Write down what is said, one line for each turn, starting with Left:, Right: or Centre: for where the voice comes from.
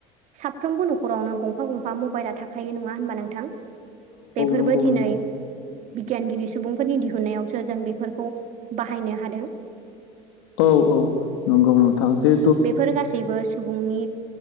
Right: साफ्रोमबो नखरावनो गंफा गंफा मबाइला थाखायो नङा होनबा नोंथां? बेफोरबो
Left: नंगौ
Right: दिनै
Left: नोंथां
Right: बिगियानगिरि सुबुंफोरनि दिहुननायावसो जों बेफोरखौ बाहायनो हादों।
Left: औ औ नंगौ नोंथां नोंथां जे
Right: बेफोर गासैबो सुबुंनि